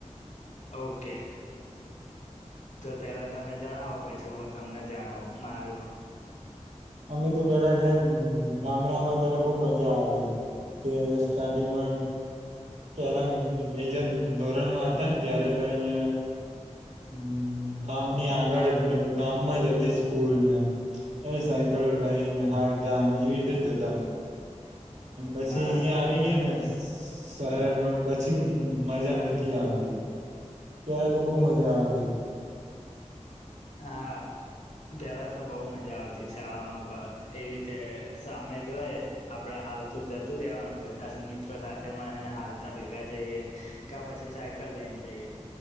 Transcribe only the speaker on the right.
અમે તો પેલા જે ગામડામાં તારા બહું મજા આવતી કે સ્ટાર્ટિંગમાં પેલા બે જ ધોરણમાં હતા ને ત્યારે તો અહિયાં હમ્મ ગામની આગળ જ મતલબ ગામમાં જ હતી સ્કૂલ ને એ સાયકલ લઈને હાલ તા ને એવી રીતે જ જતા. પન પછી
અઈયાં
આવી ગયા ને શહેરમાં પછી મજા નથી આવતી ત્યારે તો બો મજા આવતી